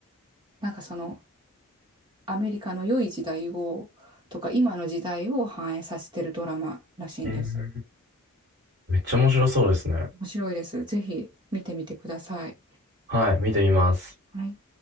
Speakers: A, on the right; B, on the right.
A: なんかその、アメリカの良い時代を、とか、今の時代を反映させてるドラマらしいんです。
B: うんめっちゃ面白そうですね。
A: 面白いです。ぜひ見てみてください。
B: はい、見てみます。
A: はい